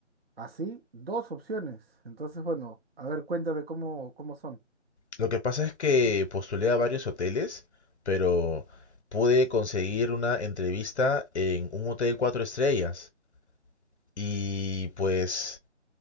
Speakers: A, on the right; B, on the left.
A: Así, dos opciones. Entonces, bueno, a ver, cuéntame cómo, cómo son.
B: Lo que pasa es que postulé a varios hoteles, pero pude conseguir una entrevista en un hotel cuatro estrellas. Y pues